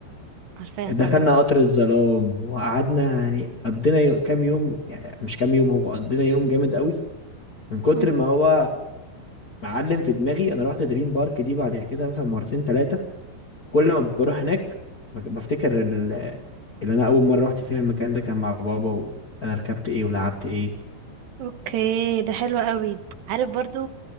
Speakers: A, on the right (about 75°); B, on the left (about 40°).
A: عارفاها
B: دخلنا
A: طبعا
B: قطر الظلام وقعدنا يعني قضينا يو... كام يوم يعني مش كام يوم هو قضينا يوم جامد قوي من كتر
A: <laughs>
B: ما هو معلم في دماغي انا رحت دريم بارك دي بعد كده مثلا مرتين ثلاثة كل ما بروح هناك ب- بفتكر ال- اللي انا اول مرة رحت فيها المكان ده كان مع بابا وانا ركبت ايه ولعبت ايه
A: اوكي ده حلو قوي عارف برضو